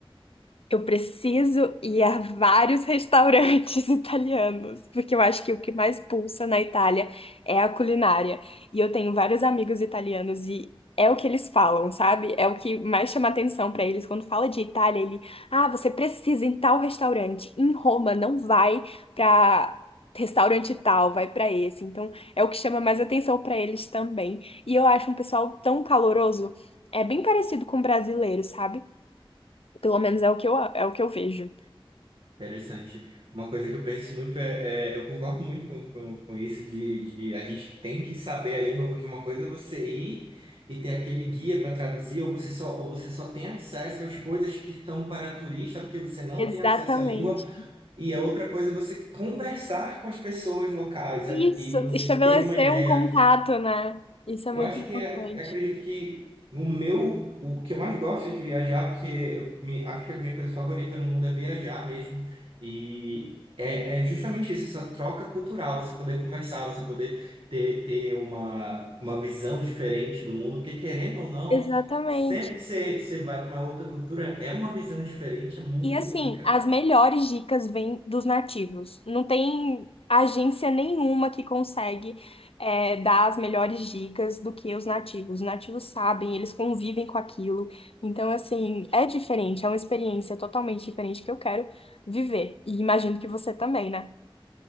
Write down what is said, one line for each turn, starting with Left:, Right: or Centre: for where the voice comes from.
Left: Eu preciso ir a vários <laughs> restaurantes italianos, porque eu acho que o que mais pulsa na Itália é a culinária. E eu tenho vários amigos italianos e é o que eles falam, sabe? É o que mais chama atenção pra eles quando fala de Itália, ele, ah, você precisa ir em tal restaurante. Em Roma não vai pra restaurante tal, vai pra esse. Então, é o que chama mais atenção pra eles também. E eu acho um pessoal tão caloroso, é bem parecido com o brasileiro, sabe? Pelo menos é o que eu, é o que eu vejo.
Right: Interessante. Uma coisa que eu penso muito é, é- eu concordo muito com, com, com isso de, de a gente tem que saber a língua, porque uma coisa é você ir e ter aquele guia para traduzir, ou você só, ou você só tem acesso às coisas que são para turista, porque você não
Left: Exatamente.
Right: tem acesso à língua, e a outra coisa é você conversar com as pessoas locais
Left: Isso,
Right: a- e você
Left: estabelecer
Right: ter uma ideia.
Left: um contato, né? Isso é
Right: Eu
Left: muito
Right: acho
Left: importante.
Right: que é, eu acredito que no meu, o que eu mais gosto é de viajar, porque eu me, acho que a minha coisa favorita no mundo é viajar mesmo. E é, é justamente isso, essa troca cultural, você poder conversar, você poder ter, ter uma, uma visão diferente do mundo, porque querendo ou não,
Left: Exatamente.
Right: sempre que você, você vai para uma outra cultura, é uma visão diferente, é muito
Left: E assim,
Right: única.
Left: as melhores dicas vêm dos nativos. Não tem agência nenhuma que consegue é, dar as melhores dicas do que os nativos. Os nativos sabem, eles convivem com aquilo. Então, assim, é diferente, é uma experiência totalmente diferente que eu quero viver. E imagino que você também, né?